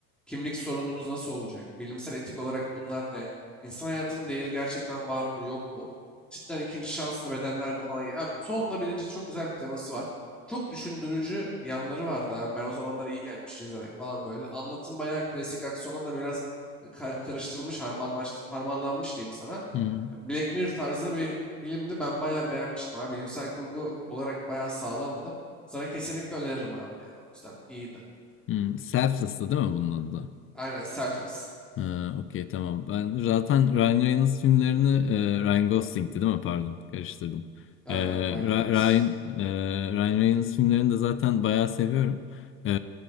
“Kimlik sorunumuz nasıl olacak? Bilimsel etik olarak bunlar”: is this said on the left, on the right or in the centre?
Centre